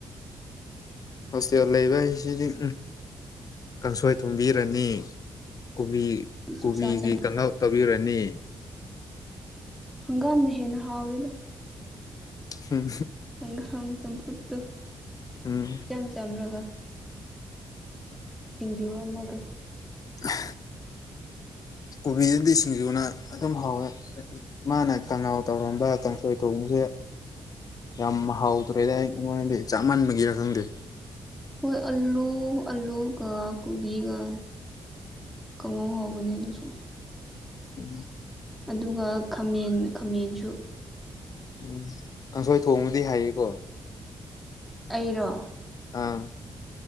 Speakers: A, on the left (about 40°); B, in the centre.
A: ꯍꯣꯁꯇꯦꯜ ꯂꯩꯕ ꯍꯥꯏꯁꯤꯗꯤ ꯎꯝ ꯀꯥꯡꯁꯣꯏ ꯊꯨꯝꯕꯤꯔꯅꯤ ꯀꯣꯕꯤ ꯀꯣꯕꯤꯒꯤ
B: ꯁꯨꯛꯆꯥ ꯆꯥꯅꯤꯡ
A: ꯀꯥꯡꯍꯧ ꯇꯧꯕꯤꯔꯅꯤ
B: ꯍꯪꯒꯥꯝꯅ ꯍꯦꯅ ꯍꯥꯎꯔꯦꯗ
A: ꯎꯝ
B: ꯍꯪꯒꯥꯥꯝꯒꯤ ꯆꯝꯐꯨꯠꯇꯨ
A: ꯎꯝ
B: ꯏꯆꯝ ꯆꯝꯔꯒ ꯁꯤꯡꯖꯨ ꯑꯃꯒ
A: ꯑ <unintelligible> ꯀꯣꯕꯤꯁꯤꯗꯤ ꯁꯤꯡꯖꯨꯅ ꯑꯗꯨꯝ ꯍꯥꯎꯋꯦ ꯃꯥꯅ ꯀꯥꯡꯉꯥꯎ ꯇꯧꯔꯝꯕ ꯀꯥꯡꯁꯣꯏ ꯊꯣꯡꯕꯁꯦ ꯌꯥꯝ ꯍꯥꯎꯗ꯭ꯔꯦꯗ ꯑꯩ ꯑꯩꯉꯣꯟꯗꯗꯤ ꯆꯃꯟꯕꯒꯤꯔ ꯈꯪꯗꯦ
B: ꯍꯣꯏ ꯑꯜꯂꯨ ꯑꯜꯂꯨ ꯀ ꯀꯣꯕꯤꯒ ꯀꯥꯡꯉꯧ ꯍꯥꯎꯕꯅꯦ ꯑꯗꯨꯁꯨ
A: ꯎꯝ
B: ꯑꯗꯨꯒ ꯈꯥꯃꯦꯟ ꯈꯥꯃꯦꯟꯁꯨ
A: ꯎꯝ ꯀꯥꯡꯁꯣꯏ ꯊꯣꯡꯕꯗꯤ ꯍꯥꯏꯌꯦꯀꯣ
B: ꯑꯩꯔꯣ
A: ꯑꯥ